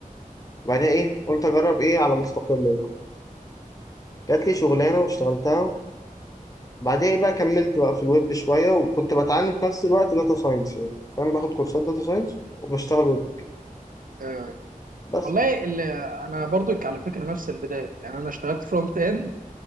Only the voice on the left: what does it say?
وبعدها ايه قلت اجرب ايه على مستقل بقى. جات لي شغلانه واشتغلتها بعدها ايه بقى كملت بقى في الويب شويه وكنت بتعلم في نفس الوقت داتا ساينس يعني فاهم باخد كورسات داتا ساينس وبشتغل ويب
بس